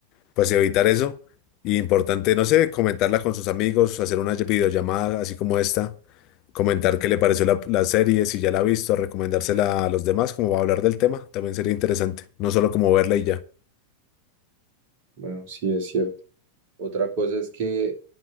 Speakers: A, on the left (about 40°); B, on the right (about 45°).
A: pues evitar eso. Y importante, no sé, comentarla con sus amigos, hacer una videollamada así como esta, comentar qué le pareció la, la serie, si ya la ha visto, recomendársela a los demás, como va a hablar del tema, también sería interesante, no solo como verla y ya,
B: Bueno, sí es cierto. Otra cosa es que